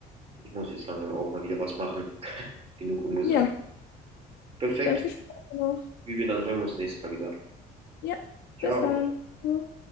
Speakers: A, on the right; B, on the left.
A: Ich muss jetzt langsam auch mal wieder was machen. Genug umgesetzt.
B: Ja,
A: Perfekt.
B: dann viel Spaß noch.
A: Vivian, dann hören wir uns nächstes Mal wieder.
B: Ja, bis
A: Ciao.
B: dann. Ciao.